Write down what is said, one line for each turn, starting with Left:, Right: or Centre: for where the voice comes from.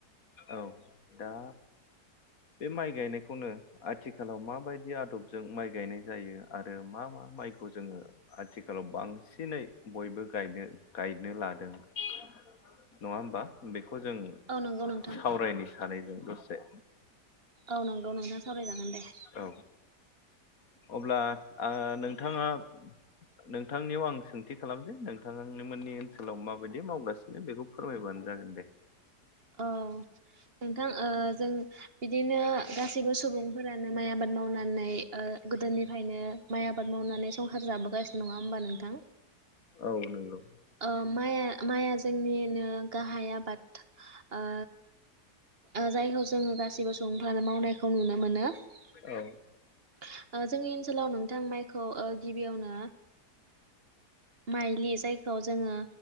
Left: औ दा बे माइ गायनायखौनो आथिखालाव माबायदि आदबजों माइ गायनाय जायो आरो मा मा माइखौ जोङो आथिखालाव बांसिनै बयबो गायनो गायनो लादों नङा होमबा, बेखौ जों
Right: औ नंगौ नोंथां
Left: सावरायनो सानै जों दसे।
Right: औ नंगौ नोंथां सावरायजागोन दे।
Left: औ अब्ला ओ नोंथाङा नोंथांनियाव आं सोंथि खालामसै। नोंथां मोननि ओनसोलाव माबायदि मावगासिनो बेखौ फोरमायबानो जागोन दे।
Right: औ, नोंथां ओ जों बिदिनो गासैबो सुबुंफोरानो माइ आबाद मावनानै ओ गोदोनिफ्रायनो माइ आबाद मावनानै संसार जाबोगासिनो नङा होमबा नोंथां।
Left: औ नंगौ।
Right: ओ माइ माइआ जोंनिनो गाहाय आबाद। ओ जायखौ जोङो गासिबो सुबुंफ्रानो मावनायखौ नुनो मोनो। ओ
Left: औ
Right: जोंनि ओनसोलाव नोंथां माइखौ गिबियावनो माइलि जायखौ खौ जोङो